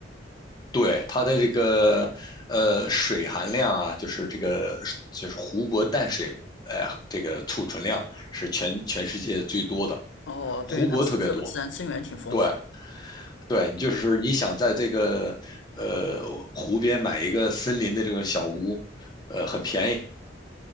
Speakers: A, on the left; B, on the left.
A: 对，它的这个呃水含量啊，就是这个就是湖泊淡水，哎、这个储存量是全全世界最多的，
B: 哦，
A: 湖泊特别多。
B: 对，它是这个自然资源挺丰富。
A: 对对，你就是你想在这个呃湖边买一个森林的这种小屋，呃，很便宜。